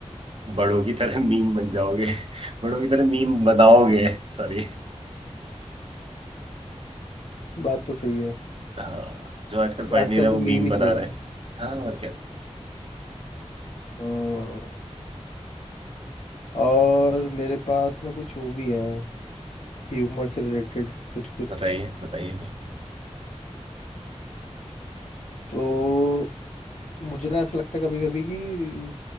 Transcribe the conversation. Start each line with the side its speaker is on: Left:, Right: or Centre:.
Right: बड़ों की तरह मीम बन जाओगे <laughs> बड़ों की तरह मीम बनाओगे सॉरी
Left: <laughs> बात तो सही है
Right: हाँ जो आजकल पढ़
Left: आजकल
Right: नहीं रहे वो
Left: तो
Right: मीम
Left: मीम ही
Right: बना
Left: चल
Right: रहे
Left: रहा
Right: हैं
Left: है
Right: हाँ और क्या
Left: हम्म और मेरे पास ना कुछ वो भी है ह्यूमर से रिलेटेड कुछ कुछ
Right: बताइए बताइए बिल्कुल
Left: तो मुझे ना ऐसा लगता है कभी कभी कि